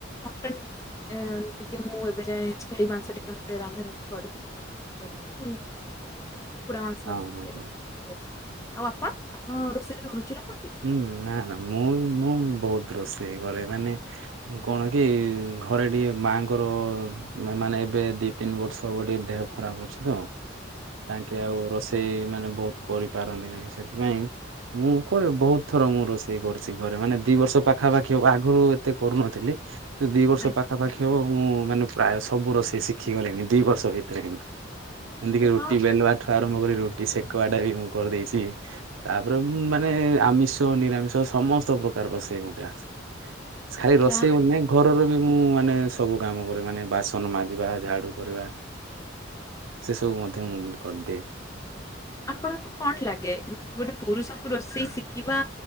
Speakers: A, on the left; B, on the right.
A: ମଟନ ଟିକେ ମୁଁ ଏବେ ଯାଏ ଛେଳି ମାଂସ ଟିକେ ମତେ ରାନ୍ଧାରୁନ୍ଧି କରିନି। ଆଉ ବାକି କୁକୁଡା ମାଂସ
B: ହଁ ହଁ ହଁ।
A: <unintelligible> ଆଉ ଅପା ଆପଣ ରୋଷେଇରେ ରୁଚି ରଖନ୍ତି।
B: ହୁଁ ନା ନା ମୁଁ ମୁଁ ବୋହୁତ ରୋଷେଇ କରେ ମାନେ କଣ କି ଘରେ ଟିକେ ମାଙ୍କର ମାନେ ଏବେ ଦି ତିନି ବର୍ଷ ହେବ ଟିକେ ଦେହ ଖରାପ ଅଛି ତ। ତାଙ୍କେ
A: ଆଜ୍ଞା
B: ଆଉ ରୋଷେଇ ମାନେ ବୋହୁତ କରିପାରନ୍ତି ନାହିଁ। ସେଥିପାଇଁ ମୁଁ ପରେ ବହୁତ ଥର ମୁଁ ରୋଷେଇ କରିଛି ଘରେ ମାନେ ଦି ବର୍ଷ ପାଖାପାଖି ହବ ଆଗରୁ ଏତେ କରୁନଥିଲି। ଦି ବର୍ଷ
A: ଆଜ୍ଞା
B: ପାଖାପାଖି ହବ ମୁଁ ମାନେ ପ୍ରାୟ ସବୁ ରୋଷେଇ ଶିଖି ଗଲିଣି ଦି ବର୍ଷ ଭିତରେ ହିଁ। ଏମିତିକି
A: ଆରେ
B: ରୁଟି
A: ବା
B: ବେଲବା ଠୁ ଆରମ୍ଭ କରି ରୁଟି ସେକବା ଟା ବି ମୁଁ କରିଦେଇଛି ତାପରେ ମୁଁ ମା ମାନେ ଆମିଷ ନିରାମିଷ ସମସ୍ତ ପ୍ରକାର ରୋଷେଇ ମୋତେ ଆସେ ଖାଲି ରୋଷେଇ
A: ଯାହା ହଉ
B: ବୋଲି ନୁହେଁ ଘରର ବି ମୁଁ ମାନେ ସବୁ କାମ କରେ ମାନେ ବାସନ ମାଜିବା ଝାଡ଼ୁ କରିବା। ସେସବୁ ମଧ୍ୟ ମୁଁ କରିଦିଏ।
A: ଆପଣଙ୍କୁ କଣ ଲାଗେ ଗୋଟେ ପୁରୁଷଙ୍କୁ ରୋଷେଇ ଶିଖିବା